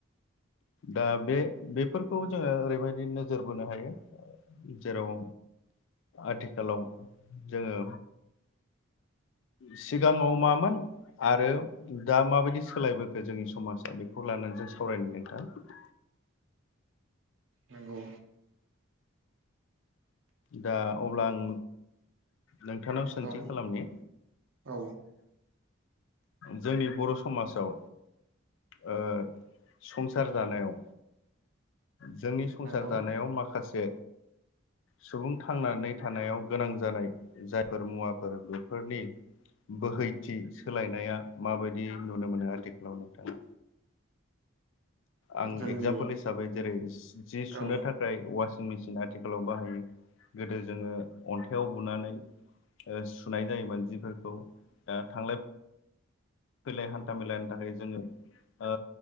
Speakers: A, on the left; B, on the right.
A: दा बे बेफोरखौ जोङो ओरैबायदि नोजोर बोनो हायो जेराव आथिखालाव जोङो सिगाङाव मामोन आरो दा माबायदि सोलायबोखो जोंनि समाजा बेखौ लानानै जों सावरायनो नोंथां।
B: नोंगौ
A: दा अब्ला आं नोंथांनाव सोंथि
B: औ
A: खालामनि
B: औ
A: जोंनि बर' समाजाव ओ संसार जानायाव जोंनि संसार
B: नंगौ
A: जानायाव माखासे सुबुं थांनानै थानायाव गोनां जानाय जायफोर मुवाफोर बेफोरनि बोहैथि सोलायनाया माबायदि नुनो मोनो आथिखालाव नोंथाङा आं
B: जोंनि
A: एक्जाम्पोल हिसा हिसाबै जेरै जि सुनो
B: औ
A: थाखाय अवासिं मेसिन आथिखालाव बाहायो गोदो जोङो अन्थायाव बुनानै ओह सुनाय जायोमोन जिफोरखौ दा थांलायै फैलाय हान्था मेलानि थाखाय जोङो ओ